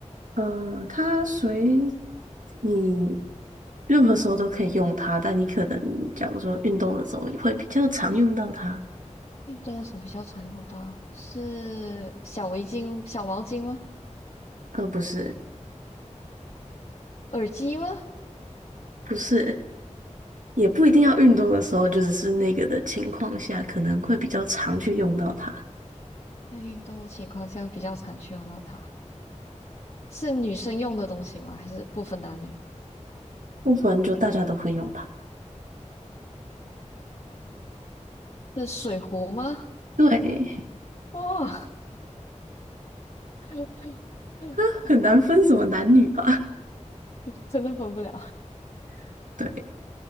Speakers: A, on the right; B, on the left.
A: 呃，它随你任何时候都可以用它，但你可能假如说运动的时候也会比较常用到它，
B: 运动的时候比较常用到，是小围巾、小毛巾吗？
A: 呃，不是，
B: 耳机吗？
A: 不是，也不一定要运动的时候，就只是那个的情况下，可能会比较常去用到它，
B: 在运动的情况下比较常去用到它，是女生用的东西吗？还是不分男女？
A: 不然就大家都会用它。
B: 是水壶吗？
A: 对，
B: 哇，<laughs>
A: <laughs> 很难分什么男女吧？
B: 真的分不了。
A: <laughs> 对，